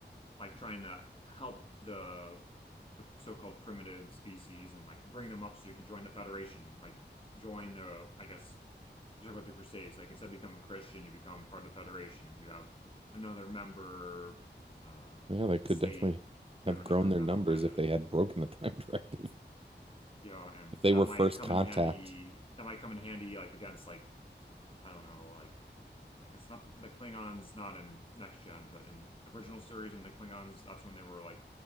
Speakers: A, on the left; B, on the right.
A: like trying to help the the so-called primitive species and like bring them up so you can join the Federation, like join the, I guess, like talk about the Crusades. Like instead of becoming Christian, you become part of the Federation. You have another member uh,
B: Yeah, they could
A: state,
B: definitely
A: you
B: have
A: know, or
B: grown
A: number member
B: their numbers
A: planet.
B: if they had broken the <laughs> prime directive,
A: Yeah, and
B: if they
A: that
B: were
A: might
B: first
A: come
B: contact.
A: in handy. That might come in handy like against like I don't know, like I guess not the Klingons not in next gen, but in the original series when the Klingons that's when they were like